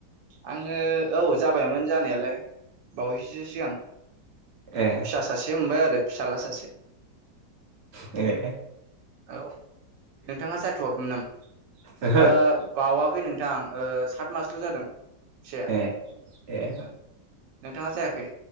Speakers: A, on the right; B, on the right.
A: आङो औ जाबायमोन जानायालाय बावैसोसो सिगां
B: ए
A: फिसा सासे मोनबाय आरो फिसाजला सासे
B: बिे
A: औ नोंथाङा जाथ'वाखैमोन नामा
B: ओहो
A: बावाखै नोंथां सात मासल' जादोंह फिसाया
B: ए ए
A: औ नोंथाङा जायाखै